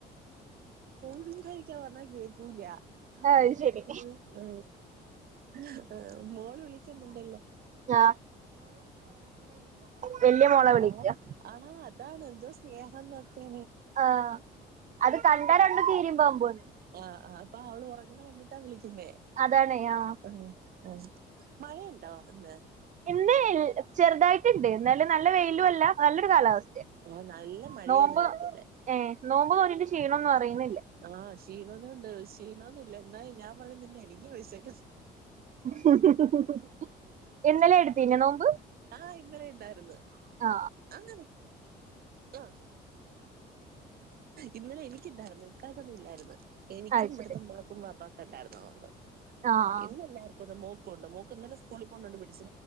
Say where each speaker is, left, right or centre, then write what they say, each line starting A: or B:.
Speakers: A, on the right; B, on the right.
A: മിണ്ടായിരിക്കാൻ പറഞ്ഞാ കേക്കൂലാ അ
B: അത് ശരി
A: <inaudible> ആഹ് മോള് വിളിക്കുന്നുണ്ടല്ലോ
B: ആഹ് വല്ല്യ മോള വിളിക്ക
A: ആ ആ അതാണ് എന്തോ സ്നേഹം എന്നൊക്കെ
B: ആഹ് അത് കണ്ടാ രണ്ടും കീരിയും പാമ്പുവാ
A: ആഹ് അപ്പം അവള് ഒറങ്ങുന്ന കണ്ടിട്ടാ വിളിക്കുന്നേ
B: അതാണ് ആ
A: ആഹ് അ മഴ <unintelligible>
B: ഇന്ന് ചെറുതായിട്ടുണ്ട് എന്നാലും നല്ല വെയിലും അല്ല നല്ലൊരു കാലാവസ്ഥയ
A: ആഹ് നല്ല മഴയാണ്
B: നോമ്പ്
A: ഞങ്ങക്കിവിടെ
B: ഏ നോമ്പ് തൊറ ക്ഷീണംന്ന് പറയുന്ന്
A: ആഹ് ക്ഷീണമ്ന്നും ഉണ്ട് ക്ഷീണോന്നുംല്ല എന്നാലും ഞാൻ പറയുന്നന്നെ എനിക്ക് വെശക്ക്ന്ന്
B: <unintelligible> ഇന്നലെ എടുത്തീനെ നോമ്പ്
A: ആഹ് ഇന്നലെ ഇണ്ടാ ട്ന്ന്
B: ആ
A: അങ്ങനെ ആ ഇന്നലെ എനിക്ക് ഇണ്ടായിര്ന്ന് ഇക്കാക്കൊന്നും ഇല്ലായിരുന്ന് എനിക്കും
B: അത്
A: ഇവിടത്തെ
B: ശരി
A: മോക്കും വപ്പൊക്കെ ഉണ്ടായിരുന്ന് നോമ്പ്
B: ആ ആ
A: ഇന്നെല്ലാർക്കും ഉണ്ട് മോ ണ്ട് മോക്ക് ഇന്നലെ സ്കളി <unintelligible>